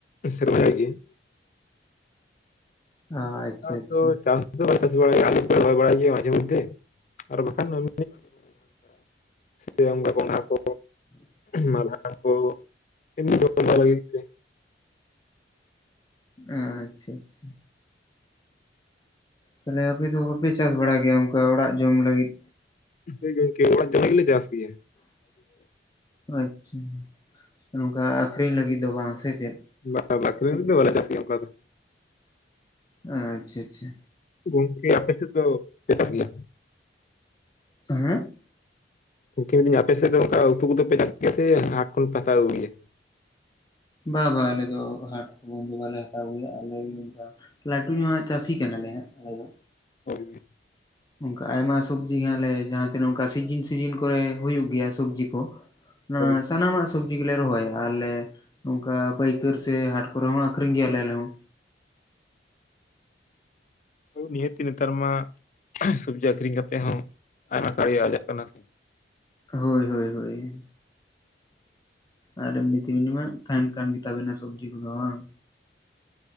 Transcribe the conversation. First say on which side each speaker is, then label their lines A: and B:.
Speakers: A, on the left; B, on the left.
A: ᱥᱮᱨᱢᱟ ᱡᱟᱹᱲᱤ ᱜᱮ ᱾
B: ᱚ ᱟᱪᱪᱷᱟ
A: ᱟᱫᱚ
B: ᱟᱪᱪᱷᱟ
A: ᱪᱟᱥ ᱵᱟᱟᱥ ᱵᱟᱲᱞ ᱵᱟᱲᱟᱭ ᱜᱮᱭᱟ ᱢᱟᱡᱮ ᱢᱚᱫᱫᱮ ᱟᱨ ᱵᱟᱠᱷᱟᱱ ᱵ ᱥᱮ ᱚᱱᱠᱟ ᱠᱚᱱᱰᱦᱟ ᱠᱚ ᱢᱟᱞᱦᱟᱱ ᱠᱚ ᱮᱢᱱᱤ <unintelligible>
B: ᱟᱪᱪᱷᱟ ᱟᱪᱪᱷᱟ ᱛᱟᱦᱚᱞᱮ ᱟᱯᱮ ᱫᱚ ᱵᱟᱯᱮ ᱪᱟᱥ ᱵᱟᱲᱟ ᱜᱮᱭᱟ ᱚᱱᱠᱟ ᱚᱲᱟᱜ ᱡᱚᱢ ᱞᱟᱹᱜᱤᱫ
A: ᱦᱳᱭ ᱜᱚᱝᱠᱮ ᱚᱲᱟᱜ ᱫᱟᱲᱮ ᱜᱮᱞᱮ ᱪᱟᱥ ᱜᱤᱭᱟ
B: ᱟᱪᱪᱷᱟ ᱱᱚᱝᱠᱟ ᱟᱠᱷᱨᱤᱧ ᱞᱟᱹᱜᱤᱫ ᱫᱚ ᱵᱟᱝ ᱥᱮ ᱪᱮᱫ
A: ᱞᱟᱛᱟᱨ <inaudible> ᱵᱟᱞᱮ ᱪᱟᱥ ᱜᱮᱭᱟ ᱚᱱᱠᱟ ᱫᱚ
B: ᱟᱪᱪᱷᱟ ᱟᱪᱪᱷᱟ
A: ᱜᱚᱝᱠᱮ ᱟᱯᱮ ᱥᱮᱫ ᱫᱚ ᱠᱚ ᱪᱟᱥ ᱜᱤᱭᱟ
B: ᱦᱮᱸ
A: ᱩᱠᱫᱤᱧ ᱟᱯᱮᱥᱮᱫ ᱫᱚ ᱚᱱᱠᱟ ᱩᱛᱩ ᱠᱚᱫ ᱯᱮ ᱪᱟᱥ ᱥᱮ ᱦᱟᱴ ᱠᱷᱚᱱ ᱯᱮ ᱦᱟᱛᱟᱣ ᱟᱹᱜᱩᱭᱟ ᱜᱭᱟ
B: ᱵᱟ ᱵᱟ ᱟᱞᱮ ᱫᱚ ᱦᱟᱴ ᱠᱚᱯᱮ ᱫᱚ ᱵᱟᱞᱮ ᱦᱟᱛᱟᱣ ᱟᱹᱜᱩᱭᱟ ᱟᱞᱮᱚᱱ ᱞᱟᱹᱴᱩ ᱧᱚᱜ ᱪᱟᱹᱥᱤ ᱠᱟᱱᱟᱞᱮ ᱦᱟᱸᱜ ᱟᱞᱮ ᱫᱚ
A: ᱦᱳᱭ
B: ᱚᱱᱠᱟ ᱟᱭᱢᱟ ᱥᱚᱵᱽᱡᱤ ᱜᱮᱞᱮ ᱡᱟᱦᱟᱸ ᱛᱤᱱᱟᱹᱜ ᱚᱱᱠᱟ ᱥᱤᱡᱤᱱ ᱥᱤᱡᱤᱱ ᱠᱚ ᱨᱮ ᱦᱩᱭᱩᱜ ᱜᱮᱭᱟ ᱥᱚᱵᱡᱤ ᱠᱚ
A: ᱦᱳᱭ
B: ᱥᱟᱱᱟᱢᱟ ᱥᱩ ᱥᱡᱤ ᱜᱮᱞᱮ ᱨᱚᱦᱚᱭᱟ ᱟᱞᱮ ᱱᱚᱝᱠᱟ ᱯᱟᱹᱭᱠᱟᱹᱨ ᱥᱮ ᱦᱟᱴ ᱠᱚᱨᱮ ᱦᱚᱸ ᱟᱠᱷᱨᱤᱧ ᱜᱮᱭᱟᱞᱮ ᱟᱞᱮ ᱦᱚᱸ
A: ᱱᱤᱦᱟᱹᱛᱤ ᱱᱮᱛᱟᱨ ᱢᱟ ᱥᱚᱵᱡᱤ ᱟᱠᱷᱨᱤᱧ ᱠᱟᱛᱮᱜ ᱦᱚᱸ ᱟᱭᱢᱟ ᱠᱟᱨᱤᱡ ᱟᱡᱟᱜ ᱠᱟᱱᱟ ᱥᱮ
B: ᱦᱳᱭ ᱦᱳᱭ ᱦᱳᱭ ᱟᱨ ᱮᱢᱱᱤ ᱛᱤᱢᱱᱤ ᱢᱟ ᱛᱟᱦᱮᱱ ᱠᱟᱱ ᱜᱮᱛᱟ ᱵᱮᱱᱟ ᱥᱚᱵᱡᱤ ᱠᱚ ᱫᱚ ᱵᱟᱝ